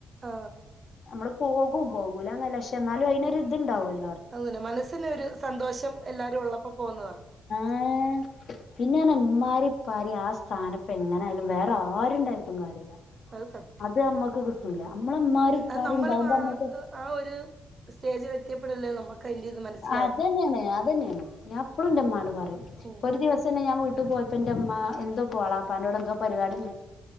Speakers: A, on the right; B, on the left.
A: ആ
B: നമ്മള് പോകും പോകൂല എന്നല്ലക്ഷെ എന്നാലും അതിനൊരി ഇതുണ്ടാവല്ലോ
A: അതന്നെ മനസ്സന് ഒരു സന്തോഷം എല്ലാരും ഉള്ളപ്പോ പോകുന്നത
B: ആ പിന്നെന്മാരിപ്പാരി ആ സ്ഥാനപ്പ എങ്ങനൊയാലും വേറെ ആരുുംണ്ടായിട്ടും കാര്യമില്ല
A: അത് സത്യം
B: അത് അമ്മക്ക് കിട്ടൂല നമ്മളെ ഉമ്മാരും ഉപ്പാരും
A: അത് നമ്മള്
B: ഉണ്ടാവുമ്പോ
A: ആ
B: നമ്മക്ക്
A: ആ ഒരു സ്റ്റേജിൽ എത്തിയപ്പെടല്ല നമുക്ക് അയിന്റെ ഇത് മനസ്സി
B: അത് തന്നെയാണ് അത് തന്നെയാണ് ഞാൻ ഇപ്പളും ഇന്റെ മനോട് പറയും
A: ഉം
B: ഒരു ദിവസ ന്നെ ഞാൻ ട്ട് പോയപ്പോ എന്റെ അമ്മ എന്തോ പോവാളാപ്പാന്റെോട് എന്തോ പരിപാടി